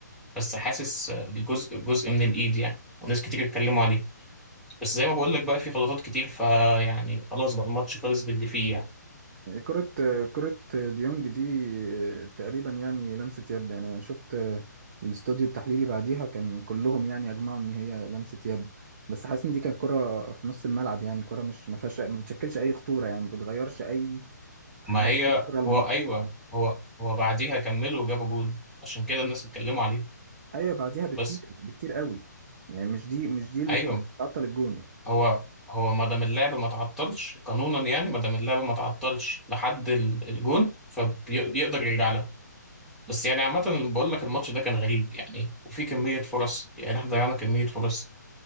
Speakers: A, in the centre; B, on the right.
A: بس حاسس آه، الجزء جزء من الايد يعني وناس كتير اتكلموا عليه بس زي ما بقول لك بقى في غلطات كتير فيعني خلاص بقى الماتش خلص باللي فيه يعني
B: كرة كرة ديونج دي آه، تقريبا يعني لمسة يد يعني انا شفت آه، الاستوديو التحليلي بعديها كان كلهم يعني اجمعوا ان هي لمسة يد بس حاسس ان دي كانت كرة في نص الملعب يعني كرة مش ما فيهاش ما بتشكلش اي خطورة يعني ما بتغيرش اي حاجة
A: ما هي
B: في مجرى الماتش
A: هو ايوه هو هو بعديها كملوا وجابوا جول عشان كده الناس اتكلموا عليه
B: ايوه بعديها بكتير
A: بس
B: بكتير قوي يعني مش دي مش دي اللي
A: ايوه
B: كانت بتعطل الجون يعني
A: هو هو ما دام اللعب ما تعطلش قانونا يعني ما دام اللعب ما تعطلش لحد ال- الجون فبيقدر يرجع لها بس يعني عامة بقول لك الماتش ده كان غريب يعني وفي كمية فرص يعني احنا ضيعنا كمية فرص